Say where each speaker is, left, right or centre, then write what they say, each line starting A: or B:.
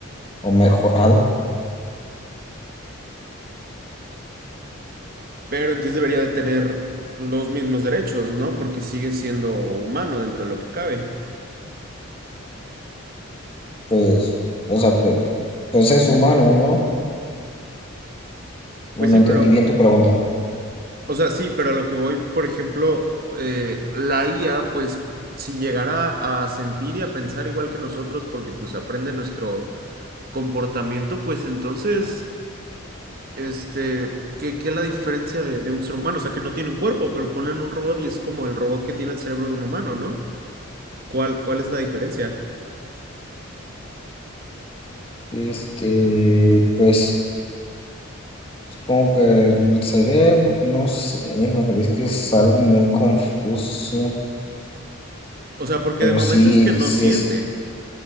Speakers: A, on the left (about 25°); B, on the right (about 45°).
A: o mejorado,
B: Pero entonces debería de tener los mismos derechos, ¿no? Porque sigue siendo humano dentro de lo que cabe.
A: pues, o sea, pe- pues, es humano, ¿no? Bueno,
B: Pues sí,
A: entendí
B: pero,
A: bien tu pregunta.
B: o sea, sí, pero a lo que voy, por ejemplo, eh, la IA, pues si llegara a sentir y a pensar igual que nosotros, porque pues aprende nuestro comportamiento, pues entonces, este, ¿qué, qué es la diferencia de, de un ser humano? O sea, que no tiene un cuerpo, pero ponen un robot y es como el robot que tiene el cerebro de un humano, ¿no? ¿Cuál, cuál es la diferencia?
A: Este, pues... Supongo que el cerebro, no sé, es que es algo muy confuso,
B: O sea, porque
A: pero
B: de momento
A: sí,
B: es que no
A: sí
B: siente.
A: es,